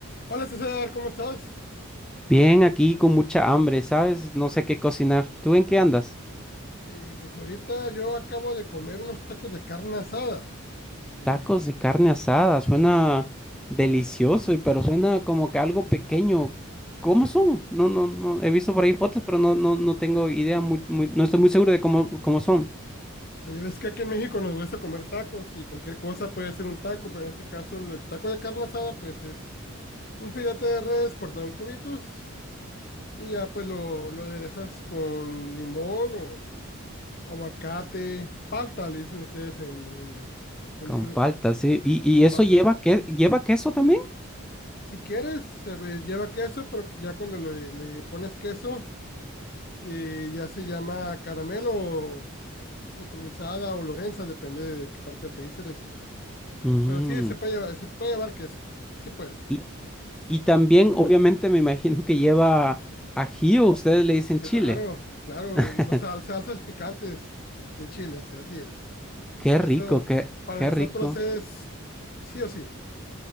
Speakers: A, on the left (about 45°); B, in the centre.
A: Hola César, ¿cómo estás?
B: Bien, aquí con mucha hambre, ¿sabes? No sé qué cocinar. ¿Tú en qué andas?
A: Eh, pues ahorita yo acabo de comer unos tacos de carne asada. Eh,
B: Tacos de carne asada, suena delicioso, y- pero suena como que algo pequeño. ¿Cómo son? No, no, no, he visto por ahí fotos, pero no, no, no tengo idea, muy, muy- no estoy muy seguro de cómo, cómo son.
A: pues ya ves que aquí en México nos gusta comer tacos y cualquier cosa puede ser un taco, pero en este caso el taco de carne asada pues es un filete de res cortado en cubitos y ya pues lo, lo aderezas con limón o aguacate, palta le dicen ustedes en, en donde
B: Con
A: se-
B: palta, sí. ¿Y, y
A: con
B: eso
A: palta.
B: lleva, que, lleva queso también?
A: Si quieres, se ve- lleva queso, pero ya cuando le le pones queso eh, ya se llama caramelo sincronizada o Lorenza, depende de qué parte del país eres.
B: Mm,
A: Pero sí, se puede llevar, se puede llevar queso. Sí puede.
B: Y, y también, obviamente, me imagino que lleva ají o ustedes le dicen
A: Claro,
B: chile.
A: claro.
B: <laughs>
A: sal- salsas picantes de chiles, así es.
B: Qué
A: Eso
B: rico, qué,
A: para
B: qué
A: nosotros
B: rico.
A: es sí o sí.